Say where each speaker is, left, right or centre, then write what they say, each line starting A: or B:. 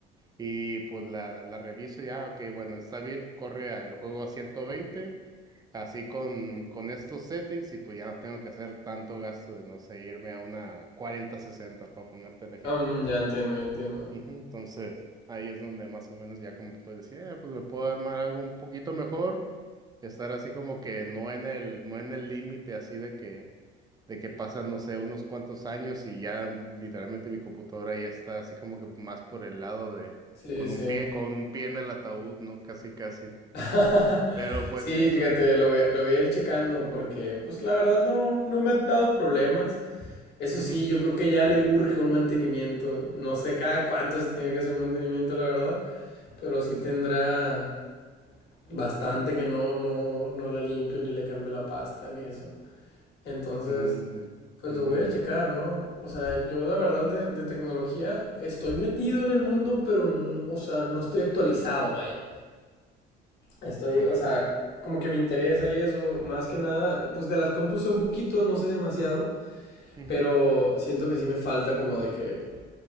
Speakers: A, on the right (about 20°); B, on the left (about 60°).
A: Y pues la, la reviso y ya, ok, bueno, está bien, corre a- el juego a 120 así con, con estos settings y pues ya no tengo que hacer tanto gasto de, no sé, irme a una cuarenta sesenta para ponerte el ejemplo,
B: Am,
A: ¿no?
B: ya entiendo, ya entiendo.
A: Ujú, entonces, ahí es donde más o menos ya como puedes decir, "Eh, pues me puedo armar algo un poquito mejor, estar así como que no en el, no en el límite así de que de que pasan, no sé, unos cuantos años y ya literalmente mi computadora ya está así como que más por el lado de,
B: Sí,
A: con
B: sí.
A: un pie, con un pie en el ataúd, ¿no? Casi, casi.
B: <laughs>
A: Pero pues
B: Sí,
A: sí, eso.
B: fíjate, lo voy a, lo voy a ir checando porque, pues la verdad no, no me ha dado problemas. Eso
A: mhm
B: sí, yo creo que ya le urge un mantenimiento. No sé cada cuánto se tiene que hacer un mantenimiento, la verdad, pero sí tendrá bastante
A: mhm
B: que no, no, no la limpio ni le cambio la pasta ni eso. Entonces,
A: Mm,
B: pues
A: ujú,
B: lo voy a checar, ¿no? O sea, yo la verdad de, de tecnología estoy metido en el mundo, pero, n- o sea, no estoy actualizado, vaya. Estoy,
A: vale.
B: o sea, como que me interesa y eso, más que nada, pues de las compus sé un poquito, no sé demasiado,
A: Ujú,
B: pero siento que sí me falta como de que